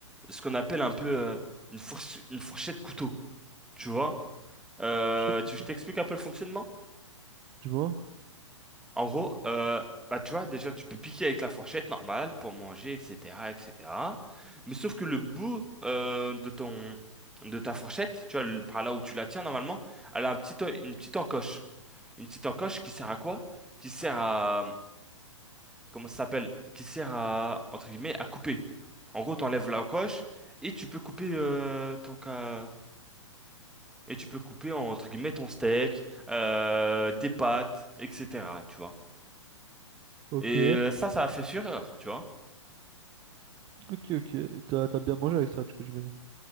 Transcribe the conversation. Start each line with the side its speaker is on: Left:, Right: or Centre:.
Centre: ce qu'on appelle un peu euh, une fourche- une fourchette couteau, tu vois? Euh,
Right: Shit, que
Centre: tu,
Right: toi.
Centre: je t'explique un peu le fonctionnement.
Right: Dis-moi.
Centre: En gros, euh, bah, tu vois, déjà, tu peux piquer avec la fourchette normale pour manger, etc., etc. Mais sauf que le bout euh, de ton, de ta fourchette, tu vois, le- par là où tu la tiens normalement, elle a un petit, en- une petite encoche. Une petite encoche qui sert à quoi? Qui sert à, comment ça s'appelle? Qui sert à, entre guillemets, à couper. En gros, t'enlèves l'encoche et tu peux couper euh, ton, ca- et tu peux couper en, entre guillemets ton steak, euh, tes pâtes, etc. Tu vois.
Right: Ok,
Centre: Et ça, ça a fait fureur, tu vois.
Right: ok, ok. Et T'as, t'as bien mangé avec ça, du coup, j'imagine.